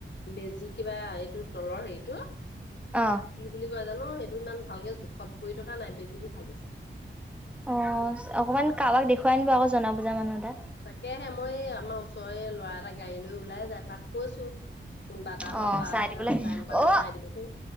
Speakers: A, on the left (about 60°); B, in the centre.
A: বেজি কিবা এইটো তলৰ হেৰিটো কি
B: অ
A: বুলি কয় জানো সেইটো ইমান ভাল। ভালকে জোখত পৰি থকা নাই বেজিবোৰ ভাগিছে।
B: অ, অকমান কাৰোবাক দেখুৱাই নিনিব আকৌ জনা বুজা মানুহ এটা।
A: তাকেহে মই এই আমাৰ ওচৰৰে ল'ৰা এটা গাড়ী লৈ ওলাই যায় তাক কৈছো। কোনবা এটা সময়ত
B: অ
A: প
B: চাই দিবলে
A: টাইম পালে
B: অ
A: চাই দিবিচোন।